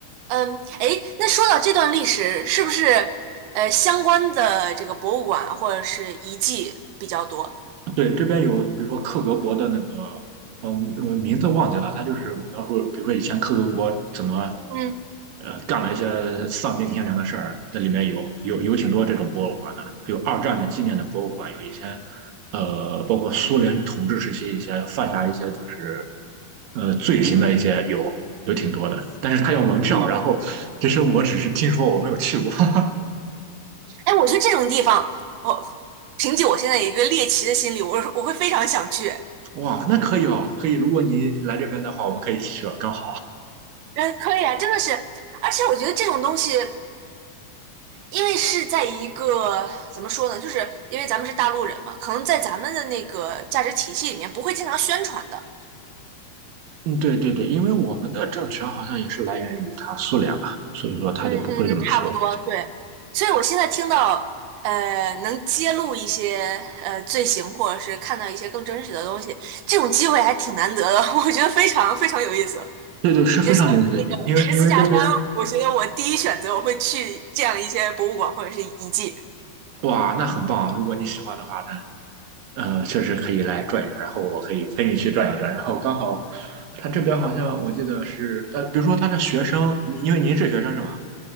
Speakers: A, on the right; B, on the right.
A: 嗯，哎，那说到这段历史，是不是呃相关的这个博物馆或者是遗迹比较多？
B: 对，这边有，比如说克格勃的那个，嗯，我名字忘记了，他就是描述，比如说以前克格勃怎么，
A: 嗯
B: 呃，干了一些丧尽天良的事儿，这里面有有有挺多这种博物馆的，有二战的纪念的博物馆，有以前，呃，包括苏联统治时期一些犯下一些就是，呃，罪行的一些有有挺多的，但是他要门票，
A: 嗯，
B: 然后其实我只是听说，我没有去过。<laughs>
A: 哎，我觉得这种地方，我凭借我现在一个猎奇的心理，我我会非常想去。
B: 哇，那可以哦，可以，如果你来这边的话，我们可以一起去啊，刚好。
A: 嗯，可以啊，真的是，而且我觉得这种东西，因为是在一个怎么说呢，就是因为咱们是大陆人嘛，可能在咱们的那个价值体系里面不会经常宣传的。
B: 嗯，对对对，因为我们的政权好像也是来源于他苏联吧，所以说他就不会这么说。
A: 嗯嗯，差不多，对。所以我现在听到，呃，能揭露一些呃罪行，或者是看到一些更真实的东西，这种机会还挺难得的，<laughs> 我觉得非常非常有意思。
B: 对对，是非常有意思，
A: 也相比那个十字架山，
B: 因因为因为这边
A: 我觉得我第一选择我会去这样一些博物馆或者是遗迹。
B: 哇，那很棒啊。如果你喜欢的话，那呃确实可以来转一转，然后我可以陪你去转一转。然后刚好他这边好像我记得是呃，比如说他的学生，你因为您是学生是吧？